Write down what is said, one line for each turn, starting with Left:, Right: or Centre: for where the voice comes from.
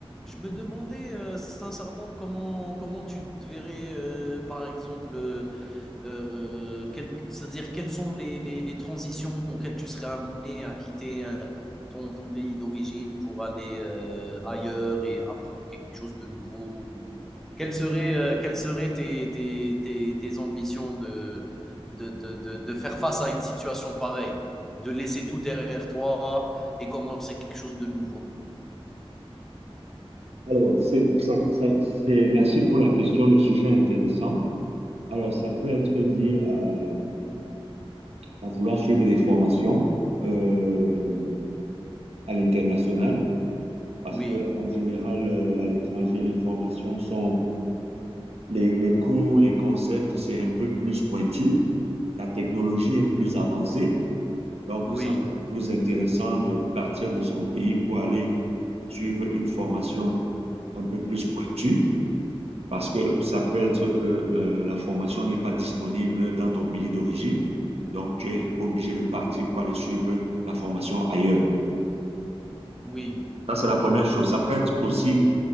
Centre: Je me demandais euh, sincèrement comment, comment tu te verrais, euh, par exemple, euh, euh, quel- c'est-à-dire quelles sont les, les, les transitions auxquelles tu serais amené à quitter euh, ton, ton pays d'origine pour aller euh, ailleurs et apprendre quelque chose de nouveau ou- Quelles seraient, euh, quelles seraient tes, tes, tes, tes ambitions de, de, de, de, de faire face à une situation pareille, de laisser tout derrière toi et commencer quelque chose de nouveau?
Right: Alors, c'est, ça- ça- c'est- merci pour la question, le sujet est intéressant. Alors, ça peut être lié à, à vouloir suivre des formations euh, à l'international, parce
Centre: Oui,
Right: que en général, euh, à l'étranger, les formations sont, les, les cours, les concepts, c'est un peu plus pointu. La technologie est plus avancée, donc
Centre: oui.
Right: ça peut être plus intéressant de partir de son pays pour aller suivre une formation un peu plus pointue. Parce que ça peut être que euh, la formation n'est pas disponible dans ton pays d'origine. Donc, tu es obligé de partir pour aller suivre la formation ailleurs.
Centre: Oui,
Right: Ça, c'est la première chose. Ça peut être aussi,